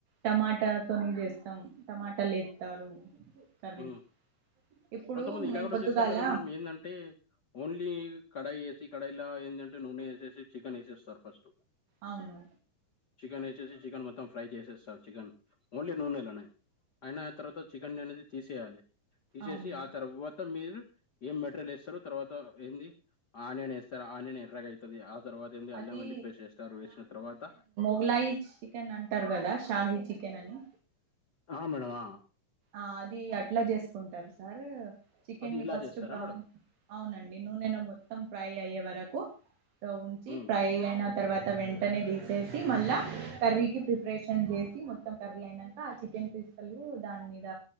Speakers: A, on the right (about 85°); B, on the left (about 60°).
A: టమాటా తోని చేేస్తాం టమాటా లేతారు కర్రీ
B: హ్మ్
A: ఇప్పుడు
B: కొంతమంది
A: మేము
B: ఇలా కూడా
A: పొద్దుగాల
B: చేస్తారు కదా మేడం ఏంటంటే ఓన్లీ కడాయి ఏసి కడాయి ల ఎందంటే నూనె వేసేసి చికెన్ వేసేస్తారు ఫస్ట్
A: అవును
B: చికెన్ వేసేసి చికెన్ మొత్తం ఫ్రై చేసేస్తారు చికెన్ ఓన్లీ నూనెళ్ళనే అయిన ఆ తర్వాత చికెన్ అనేది తీసేయాలి తీసేసి
A: అవును
B: ఆ తర్వాత మీరు ఏం మెటీరియల్ వేస్తారు తర్వాత ఏంది ఆనియాన్ వేస్తారు ఆనియన్ ఎర్రగా అయి తది ఆ తర్వాత ఏంది అల్లం
A: అది
B: వెల్లి పేస్ట్ ఎస్తారు వేసిన తర్వాత
A: గులయిచ్ చికెన్ అంటారు కదా షాహీ చికెన్ అని
B: ఆ మేడమ్ ఆ
A: ఆది అట్ల చేసుకుంటారు సార్ చికెన్ని
B: అది ఇలా
A: ఫస్ట్
B: చేస్తారా
A: బ్రౌ
B: మేడం
A: అవునండి నూనె లో మొత్తం ఫ్రై అయ్యే వరకు ఉంచి
B: హ్మ్
A: ఫ్రై అయిన తర్వాత వెంటనే తీసేసి మళ్ళా కర్రీకి ప్రిపరేషన్ చేసి మొత్తం కర్రీ అయినంక ఆ చికెన్ పిస్తలు దాని మీద